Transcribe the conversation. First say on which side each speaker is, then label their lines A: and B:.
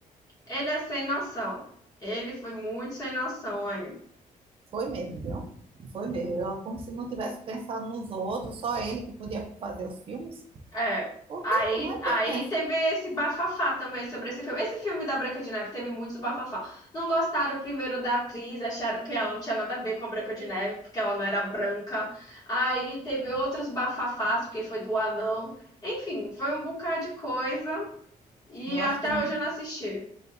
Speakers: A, on the left (about 25°); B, on the right (about 40°).
A: ele é sem noção. Ele foi muito sem noção aí.
B: Foi mesmo, viu? Foi mesmo. Eu, como se não tivesse pensado nos outros, só ele que podia fazer os filmes,
A: É.
B: porque
A: Aí,
B: não é
A: aí
B: bem assim.
A: teve esse bafafá também sobre esse filme. Esse filme da Branca de Neve teve muitos bafafá. Não gostaram primeiro da atriz, acharam que ela não tinha nada a ver com a Branca de Neve, porque ela não era branca. Aí teve outros bafafás, porque foi do anão. Enfim, foi um bocado de coisa e
B: Eu
A: até
B: acho que não,
A: hoje eu não assisti.